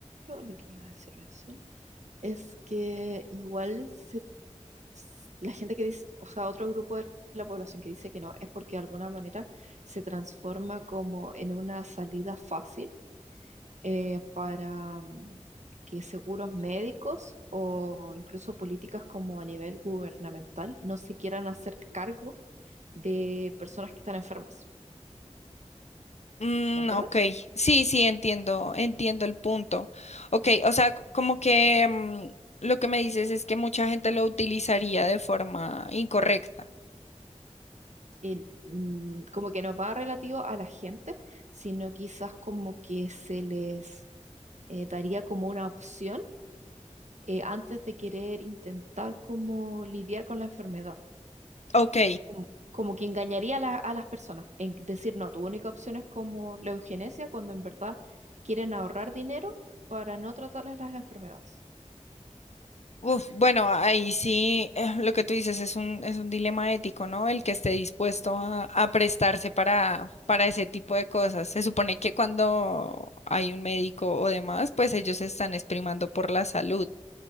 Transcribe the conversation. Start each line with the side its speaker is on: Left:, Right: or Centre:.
Right: lo que iba a decir recién es que igual se s- la gente que dice, o sea, otro grupo de la población que dice que no, es porque de alguna manera se transforma como en una salida fácil eh, para mm, que seguros médicos o incluso políticas como a nivel gubernamental no se quieran hacer cargo de personas que están enfermas.
Left: Mm,
Right: ¿Me entiendes?
Left: ok, sí, sí, entiendo, entiendo el punto. Ok, o sea, c- como que mm, lo que me dices es que mucha gente lo utilizaría de forma incorrecta.
Right: Y mm, como que no va relativo a la gente, sino quizás como que se les eh, daría como una opción eh, antes de querer intentar como lidiar con la enfermedad.
Left: Ok,
Right: Como, como que engañaría a, la- a las personas en decir, no, tu única opción es como la eugenesia cuando en verdad quieren ahorrar dinero para no tratarles las enfermedades.
Left: Uf, bueno, ahí sí, eh, lo que tú dices es un, es un dilema ético, ¿no? El que esté dispuesto a, a prestarse para, para ese tipo de cosas. Se supone que cuando hay un médico o demás, pues ellos se están exprimando por la salud,